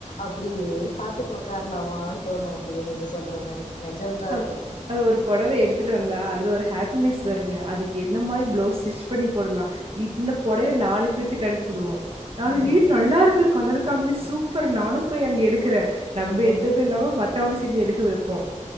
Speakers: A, on the left; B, on the right.
A: அப்டியே பாத்துட்டு உக்காரலாமான்னு தோணு அப்டியே நீங்க சொல்ற மாரி நெஜந்தா
B: அவ்-
A: அது
B: அது ஒரு புடவ எடுத்துட்டு வந்தா அதுல ஒரு ஹாப்பினஸ் வருங்க அதுக்கு என்ன மாரி பிளவுஸ் ஸ்டிச் பிட் பண்ணி போடலா இந்த பொடவய நாலு பேத்துக்கு அனுப்பிடுவோ நானு
A: ம்.
B: ஏய் நல்லாருக்கு கலரு காமி சூப்பர் நானு போய் அங்க எடுக்கிறே நம்ப
A: ம்.
B: எடுத்தது இல்லாம மத்தவங்களு சேந்து எடுக்க வெப்போ